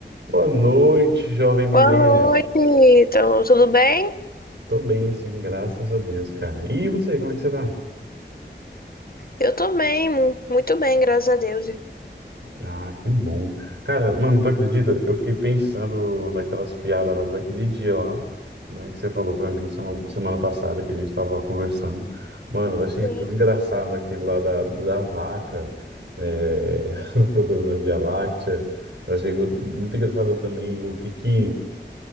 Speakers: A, on the right; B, on the left.
A: Boa noite, jovem Milena.
B: Boa noite, então, tudo bem?
A: Tô bem, sim, graças a Deus, cara. E você, como é que você tá?
B: Eu tô bem, mu- muito bem, graças a Deus.
A: Ah, que bom. Cara, mano, tu acredita? Eu fiquei pensando naquelas piadas lá daquele dia lá, né, que você falou pra mim sema- semana passada que a gente tava conversando. Mano, eu achei
B: Sim.
A: tão engraçado aquele lá da, da vaca, é, <laughs> procurando a Via Láctea. Eu achei go- muito engraçado também o que que